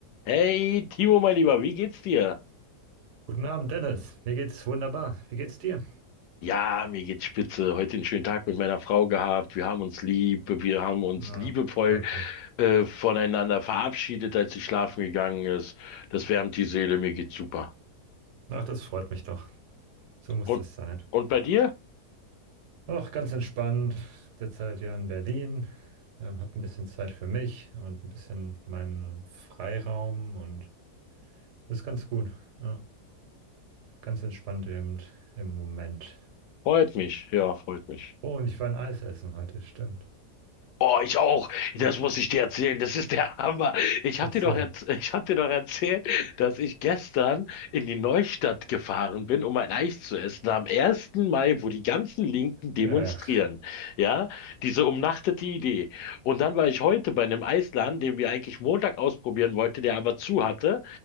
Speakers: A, on the left (about 80°); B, on the right (about 80°).
A: Hey, Timo, mein Lieber, wie geht's dir?
B: Guten Abend, Dennis. Mir geht's wunderbar. Wie geht's dir?
A: Ja, mir geht's spitze. Heute einen schönen Tag mit meiner Frau gehabt. Wir haben uns lieb, wir haben uns
B: Na,
A: liebevoll
B: freut mich.
A: äh, voneinander verabschiedet, als sie schlafen gegangen ist. Das wärmt die Seele, mir geht's super.
B: Ach, das freut mich doch. So muss
A: Und,
B: das sein.
A: und bei dir?
B: Ach, ganz entspannt. Derzeit ja in Berlin. Ähm, hab ein bisschen Zeit für mich und ein bisschen meinen Freiraum und das ist ganz gut. Ja, ganz entspannt eben im Moment.
A: Freut mich, ja, freut mich.
B: Oh, und ich war ein Eis essen heute, stimmt.
A: Oh, ich auch. Das muss ich dir erzählen. Das ist der Hammer. Ich
B: Erzähl.
A: hab dir doch erz- ich hab dir doch erzählt, dass ich gestern in die Neustadt gefahren bin, um ein Eis zu essen. Am ersten Mai, wo die ganzen Linken demonstrieren.
B: Ja, ja.
A: Ja, diese umnachtete Idee. Und dann war ich heute bei einem Eisladen, den wir eigentlich Montag ausprobieren wollten, der aber zu hatte.